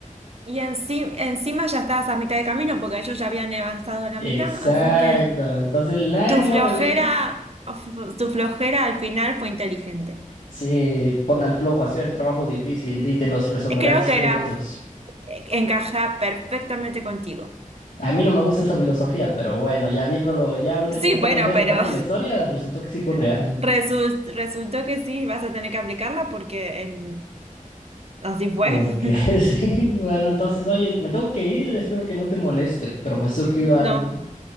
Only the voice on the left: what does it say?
Exacto.
Entonces la
moraleja
se pone al flojo, hacer el trabajo difícil y te los resolverá
en cinco
minutos.
A mí no me gusta esa filosofía, pero bueno, ya viéndolo, ya ahorita
que ya terminé
de
contarte la historia, resultó que sí fue real.
Porque
<laughs> sí, bueno, entonces, oye, me tengo que ir, espero que no te moleste, pero me surgió
algo.